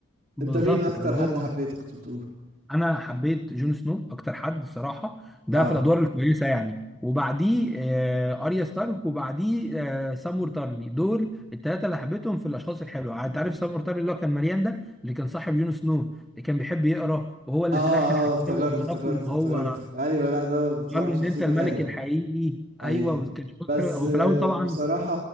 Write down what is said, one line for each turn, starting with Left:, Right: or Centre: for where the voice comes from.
Centre: بالظبط
Right: انت مين اكتر
Centre: فاللي هو
Right: حد حبيته كنت بتقول
Centre: انا حبيت جون سنو اكتر حد الصراحه ده
Right: اه
Centre: في الادوار الكويسه يعني وبعديه آه اريا ستارك وبعديه آه سامور تارلي دول الثلاثه اللي حبيتهم في الاشخاص الحلوه يعني انت عارف سامور تارلي اللي هو كان مليان ده اللي كان صاحب جون سنو اللي كان بيحب يقرا وهو اللي
Right: اه
Centre: في الاخر حكى
Right: اه افتكرت
Centre: له
Right: افتكرت
Centre: علاقه ان هو
Right: افتكرت ايوه لا ده بصراحة
Centre: قال له
Right: شخصيته
Centre: ان انت الملك
Right: حلوة
Centre: الحقيقي
Right: ايوه
Centre: ايوه وكان شخص
Right: بس
Centre: حلو هو
Right: آه،
Centre: في الاول طبعا
Right: بصراحة